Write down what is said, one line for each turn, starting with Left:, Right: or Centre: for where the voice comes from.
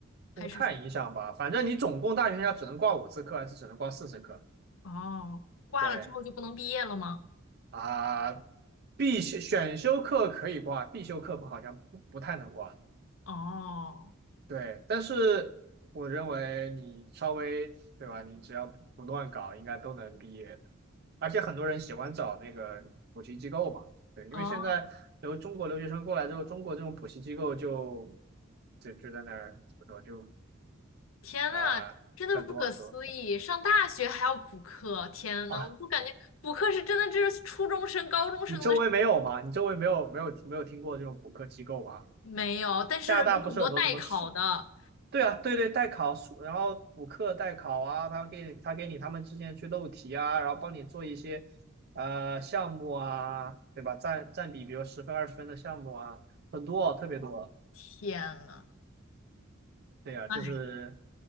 Left: 还是什
Right: 不太影响吧，反正你总共大学要只能挂五次课，还是只能挂四次课？
Left: 么哦，挂了之后就不能毕业了吗？
Right: 对啊，必修选修课可以挂，必修课不好像不不太能挂。
Left: 哦
Right: 对，但是我认为你稍微对吧，你只要不不乱搞，应该都能毕业的。而且很多人喜欢找那个补习机构嘛，对，因为现在留中国留学生过来之后，
Left: 哦，
Right: 中国这种补习机构就就就在那儿怎么说就
Left: 天呐，
Right: 啊、呃很多很多。
Left: 真的是不可思议！上大学还要补课，天呐，
Right: 啊，
Left: 我就感觉补课是真的，这是初中生、高中生的事
Right: 你周围没有吗？你周围没有没有没有听过这种补课机构吗？
Left: 没有，但是有很多代考的，
Right: 加拿大不是很多什么数？对啊，对对，代考数然后补课代考啊，他给你他给你他们之前去漏题啊，然后帮你做一些呃项目啊，对吧？占占比，比如十分二十分的项目啊，很多，特别多。
Left: 天呐，
Right: 对呀，啊就是
Left: 哎，